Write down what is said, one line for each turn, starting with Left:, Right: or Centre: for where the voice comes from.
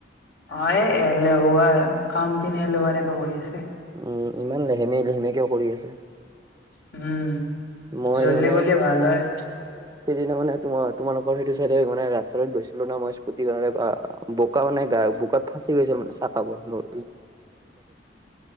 Left: অ এ এলেহুৱা কাম খিনি এলেহুৱাৰাকে কৰি আছে।
Right: উ ইমান লেহেমে লেহেমে কেও কৰি আছে।
Left: উম
Right: মই
Left: জল্দি
Right: মানে
Left: কৰিলে ভাল হয়
Right: সেইদিনা মানে তোমাৰ তোমালোকৰ সেইটো চাইডে মানে ৰাস্তাটোত গৈছিলো ন মই স্কুটি কাৰণে বা বোকা মানে গা আৰু বোকাত ফাচি গৈছিল মানে চাহাবোৰ বোৰ